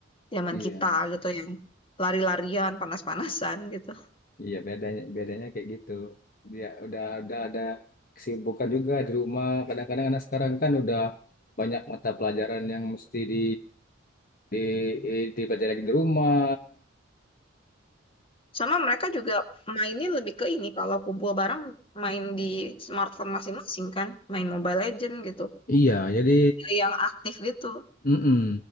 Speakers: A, on the left (about 25°); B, on the left (about 45°).
A: zaman
B: iya
A: kita gitu yang lari-larian, panas-panasan gitu.
B: iya bedanya bedanya kayak gitu ya udah udah ada kesibukan juga di rumah kadang-kadang anak sekarang kan udah banyak mata pelajaran yang mesti di di di dipelajari lagi di rumah
A: Sama mereka juga mainnya lebih ke ini kalau kumpul bareng main di smartphone masing-masing kan, main Mobile Legend gitu.
B: Iya, jadi
A: Yang aktif gitu.
B: mm